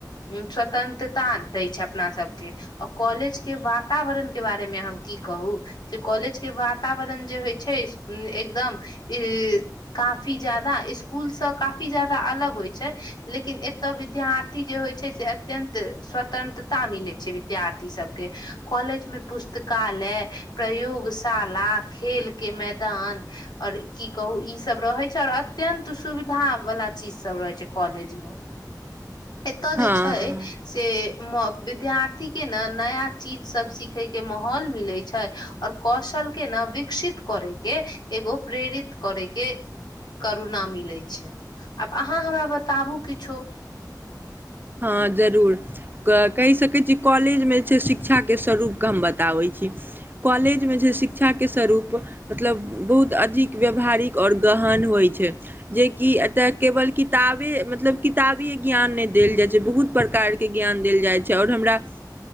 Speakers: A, on the left (about 75°); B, on the right (about 30°).
A: स्वतन्त्रता दै छै अपना सबके आ कॉलेज के वातावरण के बारे मे हम की कहू जे कॉलेज के वातावरण जे होइ छै एकदम इ काफी जादा जादा स्कूल से काफी जादा अलग होइ छै लेकिन एतय विद्यार्थी जे होइ छै से अत्यंत त स्वतंत्रता मिलै छै विद्यार्थी सबके कॉलेज में पुस्तकालय प्रयोगशाला खेल के मैदान आऔर की कहू ई सब रहै छै आओर अत्यंत सुविधा वला चीज सब रहै छै कॉलेज मे एतय जे
B: हँ
A: छै से म विद्यार्थी के ने नया चीज सब सिखे के माहौल मिले छै आओर कौशल के न विकसित करैके एगो प्रेरित करैके करुणा मिलै छै आब अहाँ हमरा बताबू किछो
B: हँ जरूर कहि सकैत छी कॉलेज मे जे छै शिक्षाक के स्वरूपके हम बताब ता होंछै कॉलेज मे जे शिक्षा के स्वरूप मतलब बहुत अधिक व्यावहारिक आओर गहन होइ छै जेकि एत न केवल किताबे मतलब किताबिय ज्ञान ने देल जेतय जे बहुत प्रकारके ज्ञान देल जाइ छै आओर हमरा